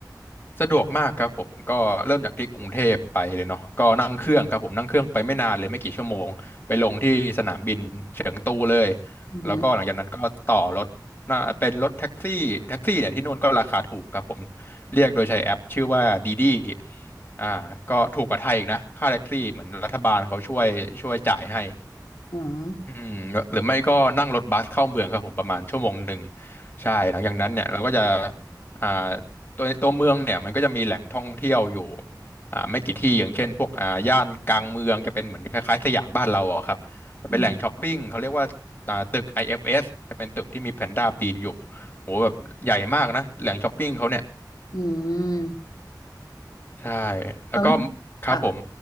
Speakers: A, on the left; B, on the left.
A: สะดวกมากครับผมก็เริ่มจากที่กรุงเทพไปเลยเนาะก็นั่งเครื่องครับผมนั่งเครื่องไปไม่นานเลยไม่กี่ชั่วโมงไปลงที่สนามบินเฉิงตูเลย
B: อือหือ
A: แล้วก็หลังจากนั้นก็ต่อรถน่าเป็นรถแท็กซี่แท็กซี่เนี่ยที่นู่นก็ราคาถูกครับผมเรียกโดยใช้แอปชื่อว่าดีดีอ่าก็ถูกกว่าไทยอีกนะค่าแท็กซี่เหมือนรัฐบาลเขาช่วยช่วยจ่ายให้
B: อืม
A: อืมหรือไม่ก็นั่งรถบัสเข้าเมืองครับผมประมาณชั่วโมงหนึ่งใช่หลังจากนั้นเนี่ยเราก็จะอ่าตัวตัวเมืองเนี่ยมันก็จะมีแหล่งท่องเที่ยวอยู่อ่าไม่กี่ที่อย่างเช่นพวกอ่าย่านกลางเมืองจะเป็นเหมือนคล้ายๆสยามบ้านเราอ่ะครับจะเป็นแหล่งช้อปปิ้งเขาเรียกว่าอ่าตึก
B: อืม
A: IFS จะเป็นตึกที่มีแพนด้าปีนอยู่โหแบบใหญ่มากนะแหล่งช้อปปิ้งเขาเนี่ย
B: อืม
A: ใช่แล้วก็
B: เราเรานั่ง
A: ครับผม
B: ค่ะ